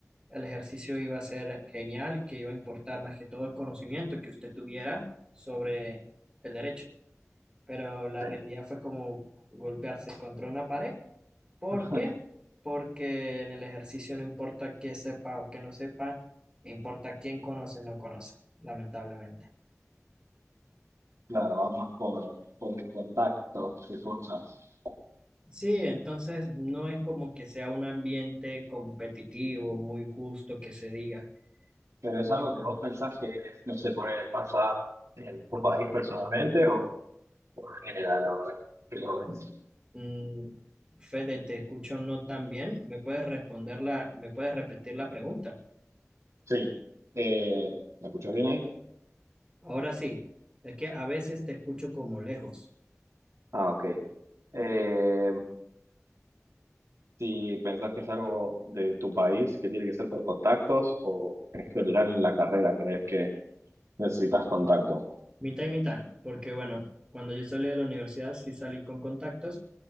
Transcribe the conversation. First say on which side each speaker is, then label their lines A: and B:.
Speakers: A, on the right (about 20°); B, on the right (about 75°).
A: el ejercicio iba a ser genial, que iba a importar más que todo el conocimiento que usted tuviera sobre el derecho, pero la
B: Sí.
A: realidad fue como golpearse contra una pared ¿Por
B: <laughs>
A: qué? Porque en el ejercicio no importa qué sepa o qué no sepa, importa quién conoce o no conoce, lamentablemente.
B: Claro, vamos más por, por el contacto de cosas.
A: Sí, entonces no es como que sea un ambiente competitivo, muy justo que se diga.
B: Pero es
A: Pero
B: algo
A: bueno,
B: que vos pensás que, no sé, por ahí pasa en tu país personalmente o, o en general ahora que lo ves.
A: mm, Fede, te escucho no tan bien. ¿Me puedes responder la, me puedes repetir la pregunta?
B: Sí. Eh, ¿me escuchas bien ahí?
A: Ahora sí, es que a veces te escucho como lejos.
B: Ah, ok. Eh, Si pensás que es algo de tu país que tiene que ser por contactos o en general en la carrera crees que necesitas contactos.
A: Mitad y mitad, porque bueno, cuando yo salí de la universidad sí salí con contactos,